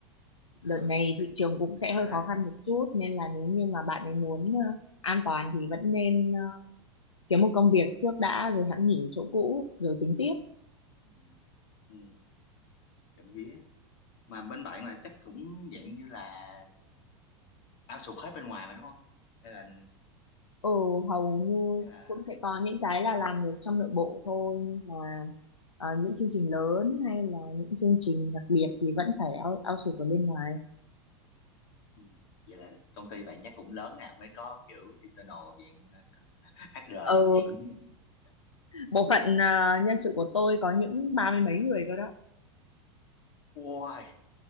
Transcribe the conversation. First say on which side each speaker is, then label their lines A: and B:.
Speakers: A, on the left; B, on the left.
A: đợt
B: ừ
A: này
B: thì
A: thị trường cũng sẽ
B: nó
A: hơi
B: nói là
A: khó khăn một chút nên là nếu như mà bạn ấy muốn
B: ừ
A: ờ, an toàn thì vẫn nên ờ, kiếm một công việc trước đã rồi hẵng nghỉ chỗ cũ rồi tính tiếp
B: ừ ừ trộm vía mà bên bạn là chắc cũng dạng như là ao outsource hết bên ngoài mà đúng không hay là
A: ừ hầu như
B: hay là
A: cũng sẽ
B: ờ,
A: có những cái là làm được trong nội bộ thôi nhưng mà ờ, những chương trình lớn hay là những chương trình đặc biệt thì vẫn phải out, outsource ở bên ngoài
B: Ừ. Vậy là công ty bạn chắc cũng lớn à mới có kiểu internal dạng ờ, HR
A: ừ
B: như vậy. <laughs>
A: bộ phận ờ, nhân sự của tôi có những ba mươi mấy người cơ đó
B: Ôi,